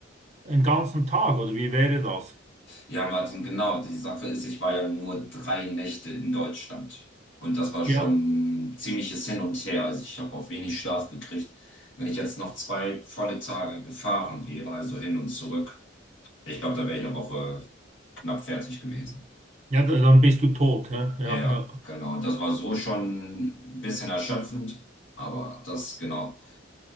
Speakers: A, on the right (about 35°); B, on the left (about 80°).
A: einen ganzen Tag, oder wie wäre das?
B: ja, Martin, genau, die Sache ist, ich war ja nur drei Nächte in Deutschland. Und das war schon
A: Ja,
B: ein ziemliches Hin und Her. Also ich habe auch wenig Schlaf gekriegt. Wenn ich jetzt noch zwei volle Tage gefahren wäre, also hin und zurück, ich glaube, da wäre ich eine Woche knapp fertig gewesen.
A: ja, da- dann bist du tot. Ja, ja.
B: Ja,
A: ja.
B: genau. Und das war so schon ein bisschen erschöpfend, aber das, genau.